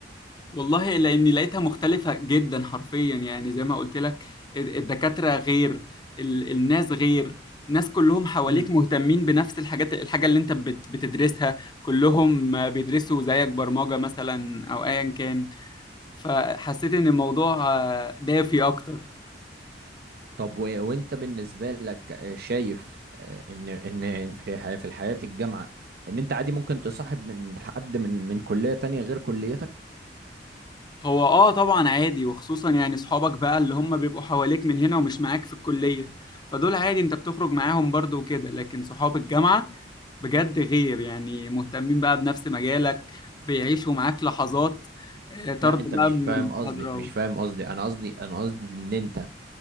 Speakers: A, on the left; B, on the right.
A: والله لاني لقيتها مختلفه جدا حرفيا يعني زي ما قلت لك ال- الدكاتره غير ال- الناس غير ناس كلهم حواليك
B: امم
A: مهتمين بنفس الحاجات الحاجه اللي انت بت- بتدرسها كلهم بيدرسوا زيك برمجه مثلا او ايا كان فحسيت ان الموضوع آه، دافي اكتر
B: طب و... وانت بالنسبة لك آه، شايف آه، ان ان في حياة في الحياة الجامعة ان انت عادي ممكن تصاحب من حد من من كلية تانية غير كليتك
A: هو اه طبعا عادي وخصوصا يعني صحابك بقى اللي هم بيبقوا حواليك من هنا ومش معاك في الكلية فدول عادي انت بتخرج معاهم برضو وكده لكن صحاب الجامعة بجد غير يعني مهتمين بقى بنفس مجالك بيعيشوا معاك لحظات آه، طرد
B: لا انت
A: بقى
B: مش
A: من
B: فاهم
A: المحاضرة
B: قصدي مش
A: و...
B: فاهم قصدي انا قصدي انا قصدي ان انت